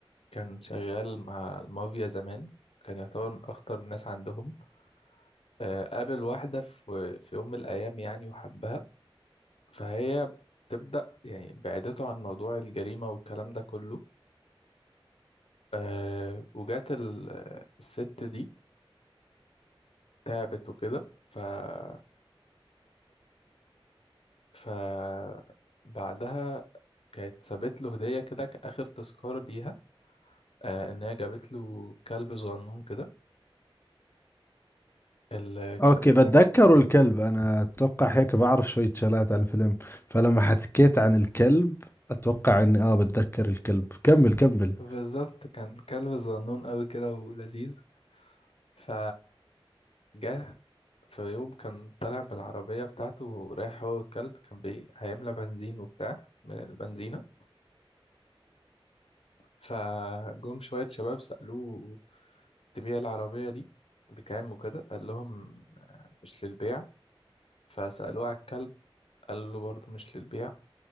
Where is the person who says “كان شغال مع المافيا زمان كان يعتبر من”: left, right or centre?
Left